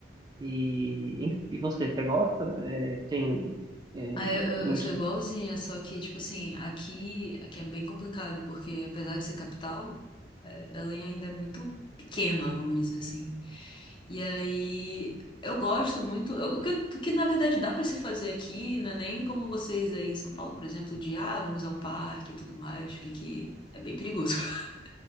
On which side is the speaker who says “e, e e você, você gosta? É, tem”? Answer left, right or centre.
Right